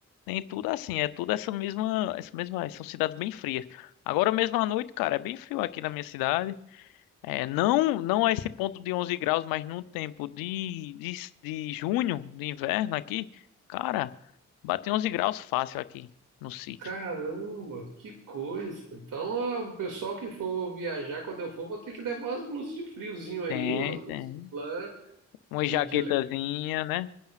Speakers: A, on the left (about 80°); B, on the right (about 65°).
A: Tem tudo assim, é tudo essa mesma, essa mesma, ah, são cidades bem frias. Agora mesmo à noite, cara, é bem frio aqui na minha cidade. É, não, não é esse ponto de 11 graus, mas no tempo de, de, de junho, de inverno aqui, cara, bate 11 graus fácil aqui no sítio.
B: Caramba, que coisa. Então, ah, o pessoal que for viajar, quando eu for, vou ter que levar umas blusas de friozinho aí,
A: Tem,
B: umas blusas
A: tem.
B: de lã,
A: Uma
B: de,
A: jaquetazinha,
B: de leve,
A: né?